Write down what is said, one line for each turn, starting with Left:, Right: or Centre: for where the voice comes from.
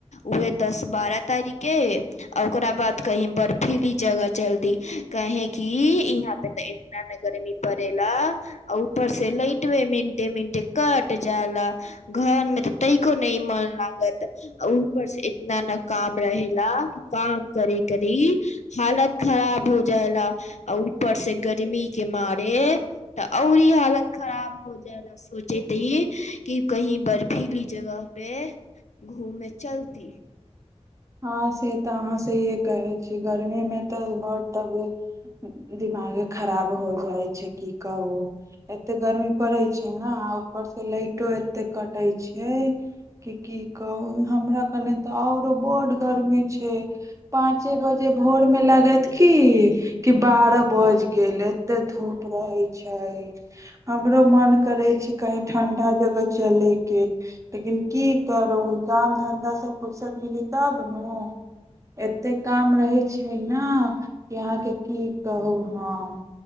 Left: उहे दस बारह तारिख के आ ओकरा बाद कहीं बर्फीली जगह चलती काहें की यहाँ पे ते इतना ने गर्मी पड़ ऊपर से लैट वे मिंटे मिंटे कट जाय ला घर में ते तैको न मन लागत ऊपर से इतना ने काम रहेेला कि काम करे करी हालत खराब हो जाय ला आ ऊपर से गर्मी के मार तऽ औ ई हालत खराब हो जाय ला सोचे त ई क कही बर्फीली जगह पे घूमे चलती
Right: हँ से तऽ अहाँ सहिए कहै छी गर्मीमे तऽ बड़ तब दिमाग खराब हो जाइ छै की कहू एते गर्मी पड़ैत छै ने र से लाइटो एते कटे छै क की कहू हमरा कने तऽ अओरो बड गर्मी छै पाँचे बजे भोर मे लागत की कि बारह बज गेलै एते धूप रहै छै हमरो मन करै छै कही ठण्डा जगह चलैके लेकिन की करू काम धन्धास से फुर्सत मिली तब नु एते काम रहै छै ने कि अहाँके की कहू हम